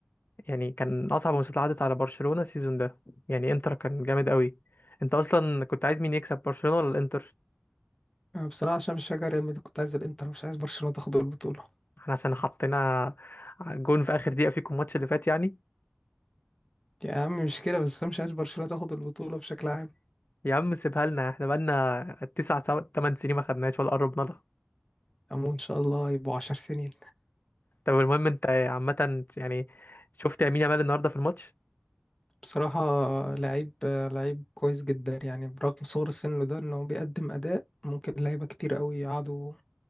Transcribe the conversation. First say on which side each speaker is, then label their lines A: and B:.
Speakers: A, on the left (about 50°); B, on the left (about 15°).
A: يعني كان اصعب ماتشات عدت على برشلونة السيزون ده يعني انتر كان جامد قوي انت اصلا كنت عايز مين يكسب برشلونة ولا الانتر
B: آه، بصراحه عشان بشجع ريال مدريد كنت عايز الانتر مش عايز برشلونه تاخد البطوله
A: احنا عشان حطينا جون في اخر دقيقة فيكم الماتش اللي فات يعني
B: يا عم مش كده بس انا مش عايز برشلونه تاخد البطوله بشكل عام
A: يا عم سيبها لنا احنا بقالنا تسع سو- تمن سنين ما خدناش ولا قربنا لها
B: امون ان شاء الله يبقوا 10 سنين
A: طب المهم انت عامة يعني شفت يمين يامال النهاردة في الماتش
B: بصراحة لعيب لعيب كويس جدا يعني برغم صغر سنه ده انه بيقدم اداء ممكن لعيبة كتير قوي يقعدوا